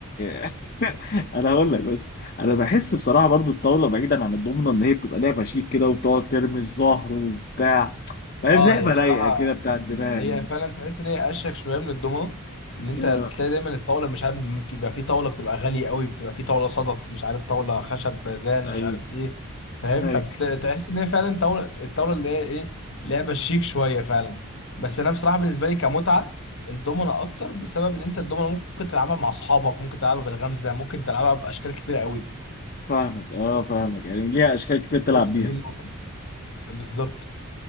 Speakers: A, on the left; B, on the left.
A: <laughs> انا هقول لك بس انا بحس بصراحه برضو الطاوله بعيدا عن الضمنه ان هي بتبقى لعبه شيك كده وبتقعد ترمي الزهر وبتاع فاهم
B: اه
A: لعبه
B: هي بصراحة
A: رايقه كده بتاع الدماغ
B: هي فعلا تحس ان هي اشيك شويه من الدومنه ان انت
A: آه،
B: تلاقي دايما الطاوله مش عارف في- بيبقى في طاوله بتبقى غاليه قوي بتبقى في طاوله صدف مش عارف طاوله خشب بازان
A: ايوه
B: مش عارف ايه فاهم
A: ايوه
B: فبتلاقي تحس ان هي فعلا طاوله الطاوله اللي هي ايه لعبه شيك شويه فعلا بس انا بصراحه بالنسبه لي كمتعه الدومنه اكتر بسبب ان انت الدومنه ممكن تلعبها مع اصحابك ممكن تلعبها بالغمزه ممكن تلعبها باشكال كتير قوي
A: فاهمك اه فاهمك يعني ليها اشكال كتير تلعب
B: بس
A: بيها
B: فدي النقطه بالظبط